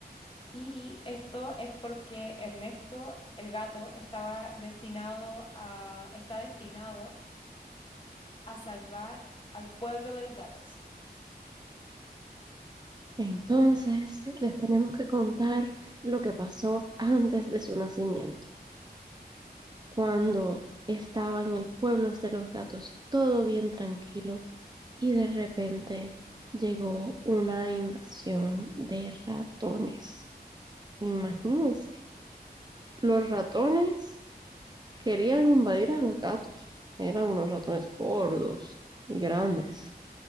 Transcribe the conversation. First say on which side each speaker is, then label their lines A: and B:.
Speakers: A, on the left; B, on the right.
A: Y esto es porque Ernesto, el gato, estaba destinado a, está destinado a salvar al pueblo de los gatos.
B: Entonces, les tenemos que contar lo que pasó antes de su nacimiento, cuando estaba en el pueblo de los gatos todo bien tranquilo y de repente llegó una invasión de ratones. Imagínense. Los ratones querían invadir a los gatos. Eran unos ratones gordos y grandes.